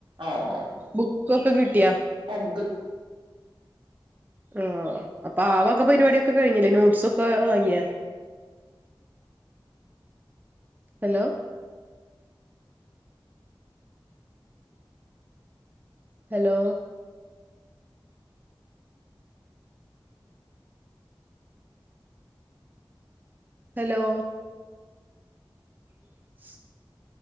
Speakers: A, on the right (about 70°); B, on the right (about 20°).
A: ആഹ് ആഹ്
B: ബുക്കൊക്കെ കിട്ടിയാ
A: ആം ബുക്ക്
B: ആഹ് അപ്പൊ ആഹ് വക പരിപാടിയൊക്കെ കഴിഞ്ഞില്ലേ നോട്ട്സൊക്കെ വാങ്ങിയാ ഹലോ ഹലോ ഹലോ <inaudible>